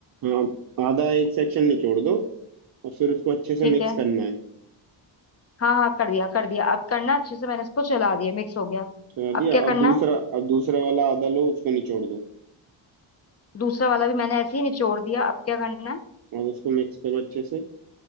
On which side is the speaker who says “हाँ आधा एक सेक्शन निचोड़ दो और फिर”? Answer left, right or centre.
Right